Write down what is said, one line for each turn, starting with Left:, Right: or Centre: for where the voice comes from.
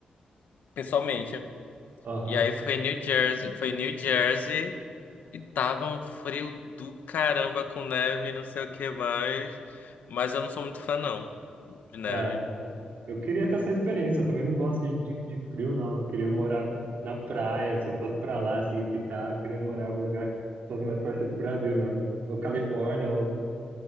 Left: pessoalmente.
Right: Aham.
Left: E aí foi em New Jersey, foi em New Jersey e tava um frio do caramba com neve, e não sei o que mais, mas eu não sou muito fã não de neve.
Right: É, <laughs> eu queria ter essa experiência. Eu também não gosto de, de, de frio, não. Eu queria morar na praia. Se eu fosse pra lá, assim, ficar, eu queria morar em algum lugar que fosse mais parecido com o Brasil mesmo. Ou Califórnia, ou